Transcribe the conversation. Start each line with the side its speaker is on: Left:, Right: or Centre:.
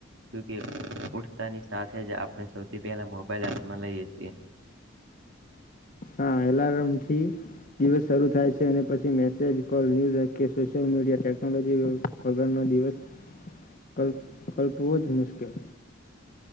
Right: જોકે ઉઠતાની સાથે જ આપણે સૌથી પહેલા મોબાઈલ આપમાં લઈએ છીએ
Left: હા એલારમથી દિવસ શરૂુ થાય છે અને પછી મેસેજ કોલ ન્યૂઝ કે સોશિયલ મીડિયા ટેકનોલોજી વગરનો દિવસ કલ્પ કલ્પવોઝ મુશ્કેલ